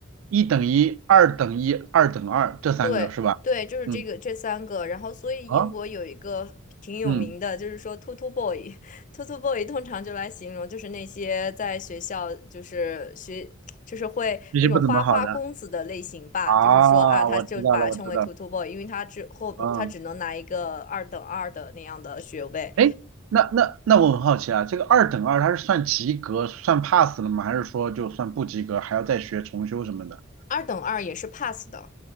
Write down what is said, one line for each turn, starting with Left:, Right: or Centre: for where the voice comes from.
Right: 一等一、二等一、二等二这三个是吧？
Left: 对对，就是这个这三个，
Right: 嗯，
Left: 然后所以英国有一个挺有名的，
Right: 啊，嗯，
Left: 就是说 t o t o b o y t o t o <laughs> boy” 通常就来形容就是那些在学校就是学就是会那种花花公子的类型吧，
Right: 这些不怎么好的啊，
Left: 就是说啊，他就把他称为
Right: 我知道了，我知道了，
Left: t o t o boy”，因为他之后他只能拿一个二等二的那样的学位，
Right: 嗯，哎，那那那我很好奇啊，这个二等二它是算及格、算 pass 了吗？还是说就算不及格还要再学重修什么的？
Left: 二等二也是 pass 的，